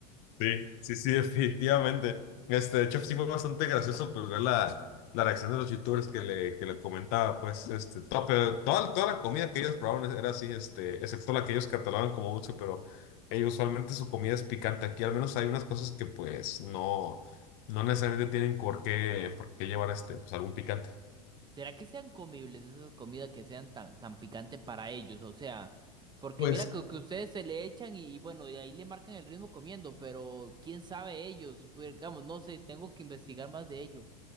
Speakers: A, on the left; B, on the right.
A: Sí, sí, sí, <laughs> definitivamente. Este, de hecho, sí fue bastante gracioso pues ver la, la reacción de los youtubers que le, que le comentaba, pues, este, to- pero toda, toda la comida que ellos probaron e, era así, este, excepto la que ellos catalogan como dulce, pero ellos usualmente su comida es picante. Aquí al menos hay unas cosas que pues no, no necesariamente tienen por qué, por qué llevar este, pues algún picante.
B: ¿Será que sean comibles esas comidas que sean tan, tan picante para ellos? O sea, porque
A: Pues
B: mira que, que ustedes se le echan y, y bueno, y ahí le marcan el ritmo comiendo, pero quién sabe ellos, Pues, digamos, no sé, tengo que investigar más de ello.